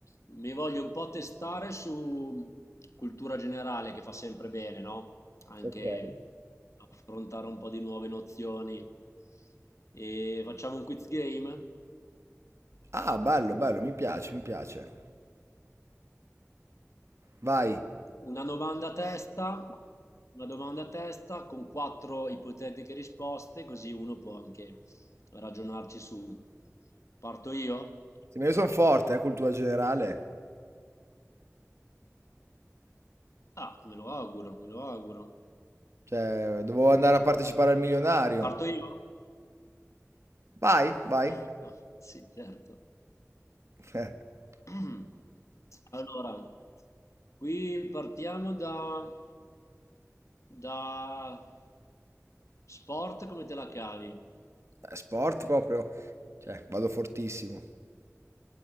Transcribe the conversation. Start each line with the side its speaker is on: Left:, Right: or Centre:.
Left: Mi voglio un po' testare su cultura generale che fa sempre bene, no? Anche
Right: Okay.
Left: affrontare un po' di nuove nozioni. E facciamo un quiz game,
Right: Ah, bello, bello, mi piace, mi piace. Vai.
Left: una domanda a testa, una domanda a testa con quattro ipotetiche risposte, così uno può anche ragionarci su. Parto io?
Right: Sì, ma io sono forte, eh, cultura generale.
Left: Ah, me lo auguro, me lo auguro.
Right: Cioè, dovevo andare a partecipare al milionario.
Left: Parto io?
Right: Vai, vai.
Left: <laughs> Sì, certo.
Right: <laughs>
Left: <clears throat> Allora, qui partiamo da, da sport, come te la cavi?
Right: Eh, sport proprio. Cioè, vado fortissimo.